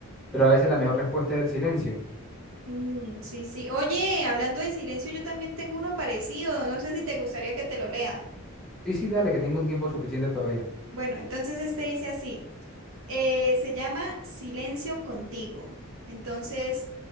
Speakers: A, in the centre; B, on the right (about 70°).
A: pero a veces la mejor respuesta es el silencio.
B: Mm, sí, sí. Oye, hablando de silencio, yo también tengo uno parecido. No sé si te gustaría que te lo lea.
A: Sí, sí, dale, que tengo un tiempo suficiente todavía.
B: Bueno, entonces este dice así. Eh, se llama Silencio contigo. Entonces